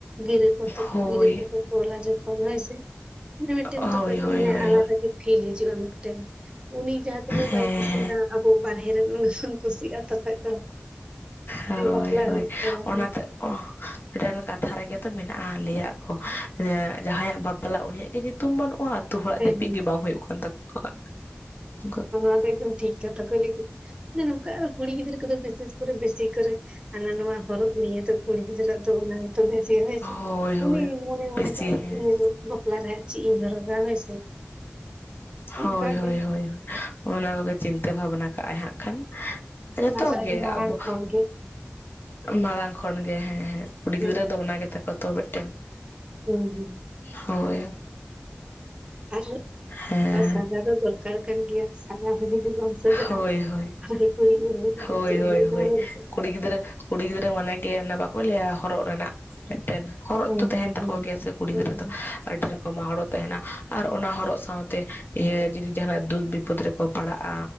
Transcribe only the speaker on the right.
ᱜᱤᱨᱟᱹ ᱠᱚ ᱛᱚ
ᱜᱤᱨᱟᱹ ᱠᱚᱠᱚ ᱛᱚᱞᱟ ᱡᱚᱠᱷᱚᱱ ᱦᱚᱭ ᱥᱮ᱾ ᱢᱟᱱᱮ ᱢᱤᱫᱴᱮᱱ
ᱛᱚᱠᱷᱚᱡ ᱫᱚ
ᱢᱟᱱᱮ
ᱟᱞᱟᱫᱟ ᱜᱮ ᱯᱷᱤᱞ ᱦᱤᱡᱩᱜᱼᱟ ᱢᱤᱫᱴᱮᱱ, ᱩᱱᱤ ᱡᱟᱦᱟᱸ ᱛᱤᱱᱟᱹᱜ
ᱵᱟᱭ ᱠᱩᱥᱤᱜᱼᱟ
ᱟᱵᱚ ᱵᱟᱨᱦᱮ ᱨᱮᱱ ᱩᱱ <unintelligible> ᱠᱩᱥᱤᱜᱼᱟ ᱛᱚᱠᱷᱚᱡ ᱫᱚ᱾
ᱡᱮ ᱵᱟᱯᱞᱟ
ᱦᱩᱭᱩᱜ ᱛᱟᱭᱟ ᱦᱮᱸ
ᱦᱮᱸ
ᱚᱱᱟ ᱫᱚ ᱮᱠᱫᱚᱢ ᱴᱷᱤᱠ᱾ ᱡᱚᱛᱚ ᱠᱚ ᱞᱟᱹᱭ ᱠᱮᱫᱟ᱾ ᱡᱟᱦᱟᱸ ᱞᱮᱠᱟ ᱟᱨ ᱠᱩᱲᱤ ᱜᱤᱫᱽᱨᱟᱹ ᱠᱚᱫᱚ ᱵᱤᱥᱮᱥ ᱠᱚᱨᱮ ᱵᱤᱥᱤ ᱠᱚᱨᱮ, ᱦᱟᱱᱟ ᱱᱚᱣᱟ ᱦᱚᱨᱚᱜ ᱱᱤᱭᱟᱹ ᱛᱚ ᱠᱩᱲᱤ ᱜᱤᱫᱽᱨᱟᱹ ᱟᱜ ᱛᱚ ᱚᱱᱟ ᱜᱮ ᱛᱚᱵᱮ ᱪᱮᱫ ᱮᱱᱮᱡ ᱥᱮ,
ᱩᱱᱤ ᱢᱚᱱᱮ ᱢᱚᱱᱮ
ᱛᱮ ᱟᱡ
<unintelligible> <unintelligible> ᱪᱮᱫ ᱤᱧ ᱦᱚᱨᱚᱜᱟ ᱦᱚᱭ ᱥᱮ,
ᱚᱱᱠᱟ
ᱜᱮ
ᱚᱱᱟ ᱫᱚ
ᱟᱹᱰᱤ ᱢᱟᱲᱟᱝ
ᱠᱷᱚᱱ ᱜᱮ
ᱦᱩᱸ
ᱦᱩᱸ ᱦᱩᱸ
ᱟᱨ ᱦᱚᱸ
ᱥᱟᱡᱟ ᱫᱚ ᱫᱚᱨᱠᱟᱨ ᱠᱟᱱ ᱜᱮᱭᱟ ᱥᱟᱡᱟ ᱦᱚᱸ ᱡᱤᱫᱤ ᱵᱟᱝ ᱥᱟᱡᱟ-ᱟ
ᱠᱩᱲᱤ ᱜᱤᱫᱽᱨᱟ ᱡᱩᱫᱤ
ᱪᱮᱫ
<unintelligible> <unintelligible>
ᱦᱩᱸ
ᱦᱩᱸ
ᱦᱩᱸ
ᱦᱩᱸ